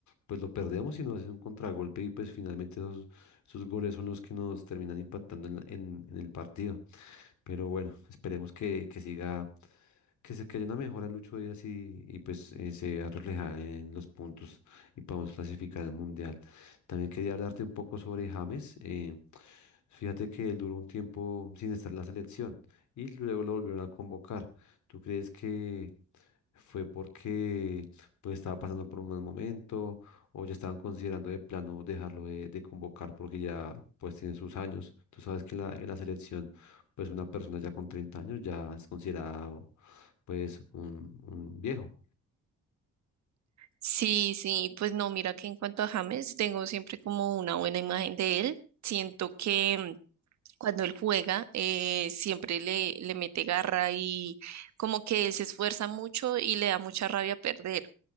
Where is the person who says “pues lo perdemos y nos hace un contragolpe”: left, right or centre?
Left